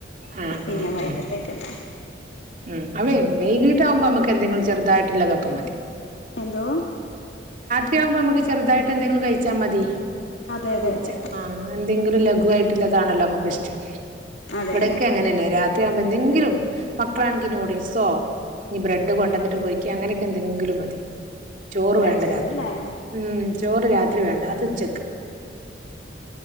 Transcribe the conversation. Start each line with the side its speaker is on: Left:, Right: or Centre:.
Right: ആഹ്
Left: പിന്നെ
Right: ആഹ്
Left: വൈട്ടത്തേക്കല്ലേ
Right: ആഹ് ഉം അവേ വൈകീട്ടാവുമ്പോ നമ്മക്ക് എന്തെങ്കിലും ചെറുതായിട്ട്ള്ളതൊക്കെ മതി
Left: എന്തോ
Right: തി ആവുമ്പോ നമുക്ക് ചെറുതായിട്ട് എന്തെങ്കിലും കഴിച്ചാ മതി
Left: അതെ അതെ
Right: ഉച്ച
Left: അതെ
Right: ആ എന്തെങ്കിലും ലഘുവായിട്ടുള്ളതാണല്ലോ നമ്മക്ക് ഇഷ്ടം
Left: അതെന്നെ
Right: ഇവിടൊക്കെ അങ്ങനെന്നെ രാ ത്രി ആകുമ്പോ എന്തെങ്കിലും മക്കളാണെങ്കിൽ നൂഡിൽസോ ഇനി ബ്രെഡ് കൊണ്ടന്നിട്ട് പോയി ക്ക് അങ്ങനെയൊക്കെ എന്തെങ്കിലും മതി ചോറ്
Left: കഴിച്ചോളൂ
Right: വേണ്ട രാത്രി
Left: അല്ലേ
Right: ഉം ചോറ് രാത്രി വേണ്ട അത് ഉച്ചക്ക്